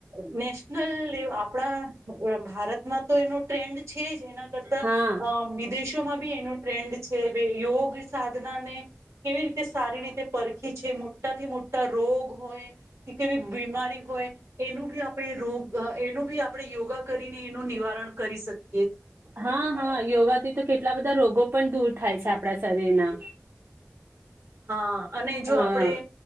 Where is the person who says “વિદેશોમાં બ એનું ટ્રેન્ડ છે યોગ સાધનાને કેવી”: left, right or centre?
Right